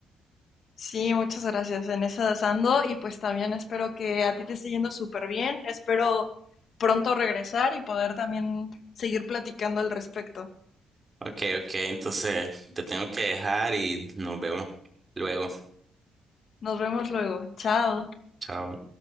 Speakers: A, on the left (about 55°); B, on the right (about 30°).
A: Sí, muchas gracias. En esas ando y pues también espero que a ti te esté yendo súper bien. Espero pronto regresar y poder también seguir platicando al respecto.
B: Ok, ok, entonces te tengo que dejar y nos vemos luego.
A: Nos vemos luego. Chao.
B: Chao.